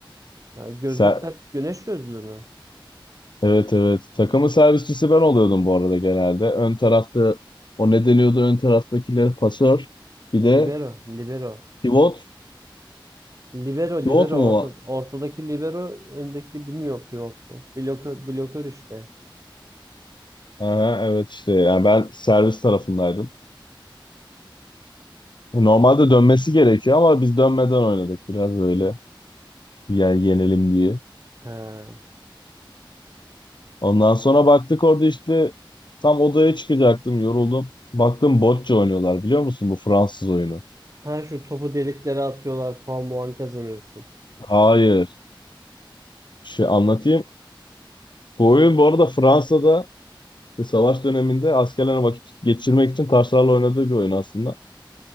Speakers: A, on the right (about 40°); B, on the left (about 60°).
A: Ha, gözlük
B: Se-
A: tak, güneş gözlüğü mü?
B: evet evet. Takımın servisçisi ben oluyordum bu arada genelde. Ön tarafta o ne deniyordu ön taraftakiler pasör. Bir de
A: Libero, libero.
B: pivot.
A: Libero, libero.
B: Pivot mu?
A: Orta,
B: o?
A: ortadaki libero, öndeki bilmiyorum pivot mu? Blokör, blokör işte.
B: Aha, evet işte yani ben servis tarafındaydım. Normalde dönmesi gerekiyor ama biz dönmeden oynadık biraz böyle yani yenelim diye.
A: Ha.
B: Ondan sonra baktık orada işte tam odaya çıkacaktım yoruldum. Baktım bocce oynuyorlar biliyor musun bu Fransız oyunu?
A: Ha şu topu deliklere atıyorlar, puan muan kazanıyorsun.
B: Hayır. Şey anlatayım. Bu oyun bu arada Fransa'da işte savaş döneminde askerlerin vakit geçirmek için taşlarla oynadığı bir oyun aslında.